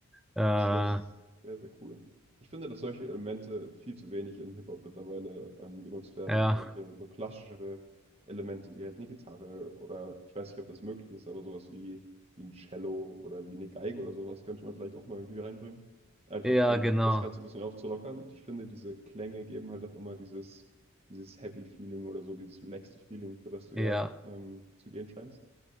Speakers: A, in the centre; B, on the right.
A: Äh, ja,
B: Das ist ja sehr, sehr cool. Ich finde, dass solche Elemente viel zu wenig in Hip-Hop mittlerweile ähm, genutzt werden.
A: ja,
B: Solche so klassischere Elemente wie halt eine Gitarre oder ich weiß nicht, ob das möglich ist, aber sowas wie, wie ein Cello oder wie eine Geige oder sowas könnte man vielleicht auch mal irgendwie reinbringen. Einfach
A: ja,
B: um
A: genau.
B: das Ganze ein bisschen aufzulockern. Und ich finde, diese Klänge geben halt auch immer dieses, dieses Happy Feeling oder so, dieses relaxte Feeling, für das du
A: Ja.
B: ja ähm, zu gehen scheinst.